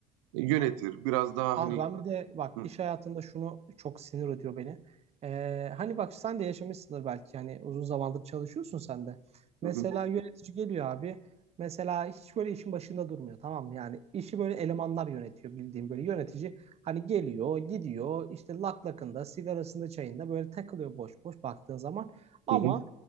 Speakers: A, on the right (about 80°); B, on the right (about 40°).
A: e, yönetir. Biraz daha
B: Abi
A: hani
B: ben bir de bak
A: Hı,
B: iş hayatında şunu çok sinir ediyor beni. Ee, hani bak sen de yaşamışsındır belki yani uzun zamandır çalışıyorsun sen de.
A: hı,
B: Mesela
A: hı,
B: yönetici geliyor abi. Mesela hiç böyle işin başında durmuyor tamam mı? Yani işi böyle elemanlar yönetiyor bildiğim böyle yönetici. Hani geliyor gidiyor işte lak lakında sigarasında çayında böyle takılıyor boş boş baktığın zaman. Ama
A: hı, hı.